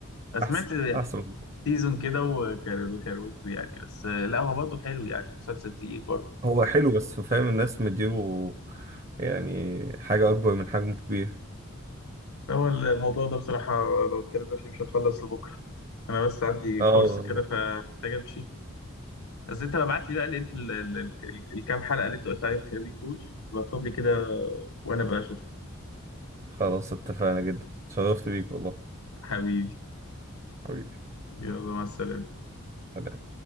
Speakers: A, on the left; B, on the right.
A: سمعت
B: أحسن أحسن
A: سيزون كده وكر- وكروته يعني بس آه، لا هو برضه حلو يعني مسلسل تقيل برضه
B: هو حلو بس فاهم الناس مديله يعني حاجة أكبر من حجمه كبير
A: هو الموضوع ده بصراحه لو اتكلمنا فيه مش هنخلص لبكره انا بس عندي
B: اه
A: كورس كده فمحتاج امشي بس انت ابعت لي بقى اللي انت ال- ال- ال- الكام حلقة اللي انت قلت عليهم حلوين دول ابعتهم لي كده وانا بقى اشوف
B: خلاص اتفقنا جدا اتشرفت بيك والله
A: حبيبي
B: حبيبي
A: يلا مع السلامة
B: سلام